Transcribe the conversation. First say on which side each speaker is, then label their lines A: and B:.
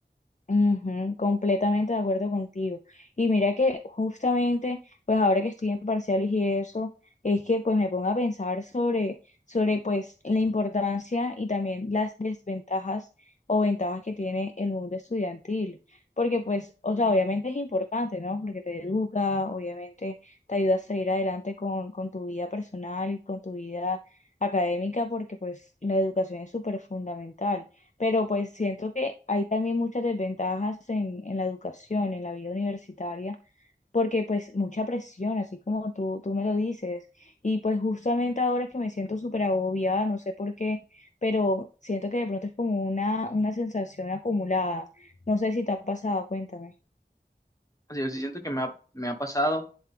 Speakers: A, on the left (about 40°); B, on the left (about 20°).
A: Ujú, completamente de acuerdo contigo. Y mira que justamente, pues ahora que estoy en parciales y eso, es que pues me pongo a pensar sobre, sobre pues la importancia y también las desventajas o ventajas que tiene el mundo estudiantil. Porque pues, o sea, obviamente es importante, ¿no? Porque te educa, obviamente te ayuda a seguir adelante con, con tu vida personal y con tu vida académica, porque pues la educación es súper fundamental pero pues siento que hay también muchas desventajas en, en la educación, en la vida universitaria, porque pues mucha presión, así como tú, tú me lo dices. Y pues justamente ahora que me siento súper agobiada, no sé por qué, pero siento que de pronto es como una, una sensación acumulada. No sé si te ha pasado, cuéntame.
B: O sea, yo sí siento que me ha, me ha pasado